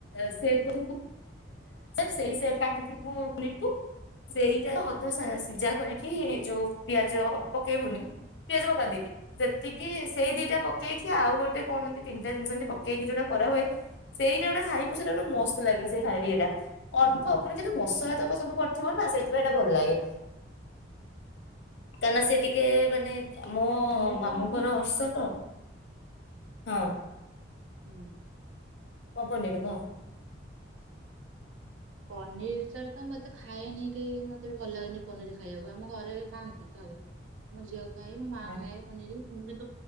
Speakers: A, on the left; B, on the right.
A: ସେପ ସେ <unintelligible> କ ସେଇଟା ଅଧ ସିଝା କରିକି ଯୋଉ ପିଆଜ ପକେଇବୁନି ପିଆଜ ପକାନ୍ତିନି ସେତିକି ସେଇ ଦିଟା ପକ ପକେଇକି ଆଉ ଗୋଟେ କଣ ଏନ୍ତି ତିନଟା ଜିନିଷ ପକେଇକି ଯୋଉଟା କରାହୁୁଏ ସେଇଟା ଗୋଟା ଖାଇବୁ ସେଇଟା ଗୋଟେ ମସ୍ତ ଲାଗେ ସେଇ ଖାଇବି ଏଇଟା ଅଳ୍ପ ଆପଣ ଯେତି ମସଲା ତକ ସବୁ ପଡ଼ିଥିବ ନା ସେଇଥିପାଇଁ ଏଇଟା ଭଲ ଲାଗେ କାହିଁକିନା ସେ ଟିକେ ମାନେ ମୋ
B: ପନିର ତ
A: ମାମୁଁଙ୍କର
B: ମୁଁ
A: ଅର୍ଷ ତ ହଁ
B: ହୁଁ
A: କଣ ପନିର କହ?
B: ପନିର ସାର୍ ତ ମୁଁ ଏତେ ଖାଏନି କେହି ମତେ ବି ଭଲ ଲାଗେନି ପନିର ଖାଇବାକୁ ଆମ ଘରେ ଖାଆନ୍ତି ଥରେ ମୋ ଝିଅ ଖାଏ ମୋ ମା
A: ହଁ
B: ଖାଏ ପନିର। ହଁ <unintelligible>